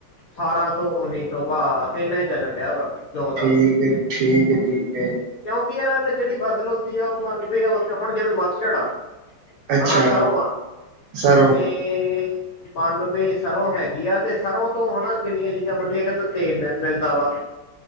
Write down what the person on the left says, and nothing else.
ਅਠਾਰਾਂ ਸੌ, ਉੱਨੀ ਸੌ ਬ ਬਾਸ ਇਨਾ ਹੀ ਚੱਲਣ ਡਿਆ ਵਾ। ਜੌਂ ਦਾ
ਕਿਉਂਕਿ ਇਹਨਾਂ ਨੇ ਜੇੜੀ ਫਸਲ ਉੱਗਦੀ ਆ ਉਹ ਮੰਨ ਬੀ ਆ ਉੇ ਹੁਣ ਜਿਵੇਂ ਮਸਟਰ ਆ
ਹਣਾ ਸਰੋਂ ਆ।
ਤੇ ਮੰਨ ਲੋ ਵੀ ਏ ਸਰੋਂ ਹੈਗੀ ਆ ਤੇ ਸਰੋਂ ਤੋਂ ਹਨਾ ਕਿੰਨੀਆਂ ਚੀਜ਼ਾਂ ਬੰਦਿਆ ਇਕ ਤੇ ਤੇਲ ਮਿਲਦਾ ਵਾ।